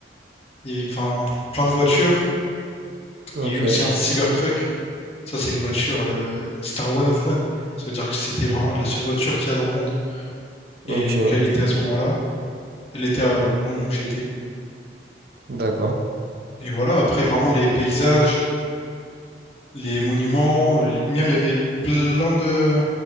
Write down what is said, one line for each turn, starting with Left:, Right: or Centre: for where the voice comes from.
Left: Et, enfin, plein de voitures.
Right: Ok,
Left: Il y a eu aussi un Cybertruck. Ça, c'est une voiture, euh, c'était un one of one. Ça veut dire que c'était vraiment la seule voiture qu'il y a dans le monde.
Right: ok,
Left: Et donc, elle était à ce moment-là. Elle était à- au moment où j'y étais.
Right: d'accord.
Left: Et voilà, après, vraiment, les paysages, les monuments. les- Miam, il y avait plein de,